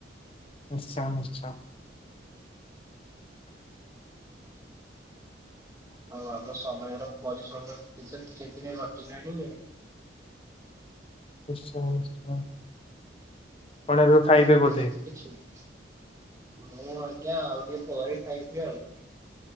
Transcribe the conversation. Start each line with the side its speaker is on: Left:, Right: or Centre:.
Left: ନିଶ୍ଚୟ ନିଶ୍ଚୟ।
Right: ଆଉ ଆମ ସମୟର ପରିଶ୍ରମ କିଛି ଟିକେ ଟିକେ ଘଟିଲାନି
Left: ନିଶ୍ଚୟ ନିଶ୍ଚୟ। କଣ ଏବେ ଖାଇବେ
Right: ଆଉ
Left: ବୋଧେ
Right: କୁହନ୍ତୁ କିଛି ମୁଁ ଆ ଆଜ୍ଞା ଆଉ ଟିକେ ପରେ ଖାଇବି ଆଉ।